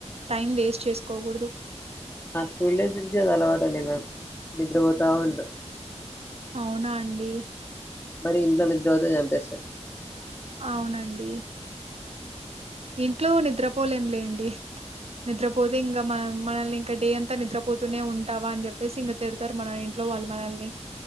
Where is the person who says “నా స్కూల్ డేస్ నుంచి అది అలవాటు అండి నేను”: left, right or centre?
Left